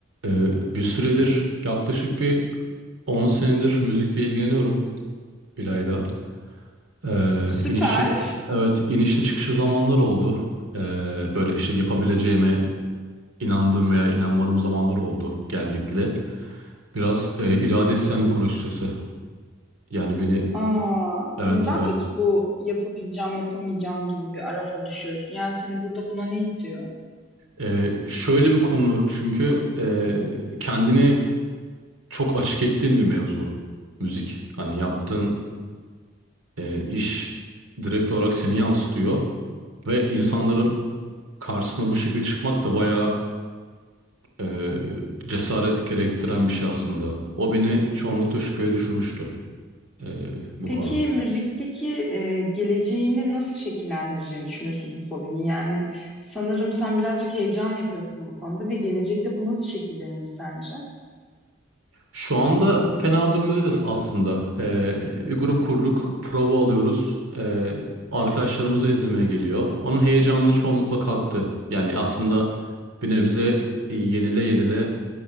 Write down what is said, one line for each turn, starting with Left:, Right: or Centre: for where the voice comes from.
Right: Ee, bir süredir yaklaşık bir 10 senedir müzikle ilgileniyorum İlayda. Ee,
Centre: Süper.
Right: inişi, evet inişli çıkışlı zamanlar oldu. Ee, böyle işte yapabileceğime inandığım veya inanmadığım zamanlar oldu gelgitli. Biraz e, irade isteyen bir konu açıkçası. Yani beni
Centre: Aa,
Right: evet
Centre: neden
Right: evet.
Centre: peki bu yapabileceğim, yapamayacağım gibi bir arafa düşüyorsun? Yani seni burada buna ne itiyor?
Right: Ee, şöyle bir konu çünkü e, kendini çok açık ettiğim bir mevzu müzik. Hani yaptığın e, iş direkt olarak seni yansıtıyor. Ve insanların karşısına bu şekilde çıkmak da bayağı eee, cesaret gerektiren bir şey aslında. O beni çoğunlukla şüpheye düşürmüştü eee, bu
Centre: Peki
Right: konu.
Centre: müzikteki e, geleceğini nasıl şekillendireceğini düşünüyorsun bu fobini? Yani sanırım sen birazcık heyecan yapıyorsun bu konuda ve gelecekte bu nasıl şekillenir sence?
Right: Şu anda fena durumda değiliz aslında. Eee, bir grup kurduk, prova alıyoruz. Eee arkadaşlarımızı izlemeye geliyor. Onun heyecanını çoğunlukla kalktı. Yani aslında bir nebze e, yenile yenile